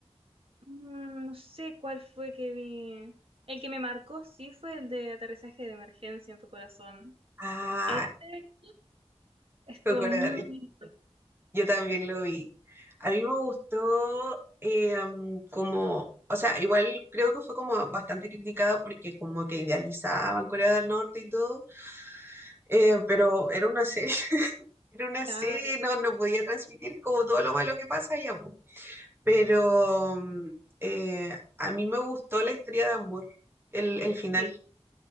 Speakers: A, on the right (about 55°); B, on the right (about 20°).
A: mm, no sé cuál fue que vi. El que me marcó sí fue el de aterrizaje de emergencia en tu corazón.
B: Ah,
A: Este estuvo
B: Kokoro.
A: muy
B: Yo también lo vi. A mí me gustó eh, mm, como, o sea, igual creo que fue como bastante criticada porque como que idealizaban Corea del Norte y todo, eh, pero era una serie, <laughs> era una
A: caro.
B: serie, no, no podía transmitir como todo lo malo que pasa allá, po. Pero mm, eh, a mí me gustó la historia de amor, el, el final,
A: Sí,